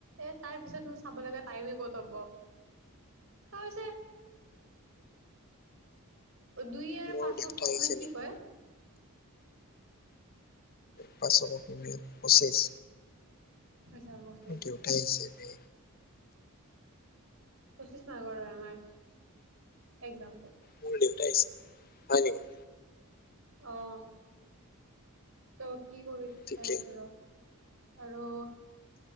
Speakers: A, on the right; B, on the left.
A: এ তাৰ পিছত মোৰ চাব লগা টাইমে ক'ত হ'ব। হৈছে এটো দুই আৰু
B: মোৰ
A: পাঁচক
B: দেউতা
A: অসমীয়াত
B: আহিছে
A: কি
B: নেকি
A: কয়?
B: পাঁচক অসমীয়াত পঁচিছ।
A: আচ্ছা পঁচিছ
B: দেউতাই আহিছে বে।
A: পঁচিছ মাৰ্কৰে আমাৰ, একজামটো।
B: মোৰ দেউতা আহিছে, হয় নেকি?
A: অ' ত' কি কৰোঁ এতিয়া
B: ঠিকে
A: চাই আছো ৰ। আৰু অ',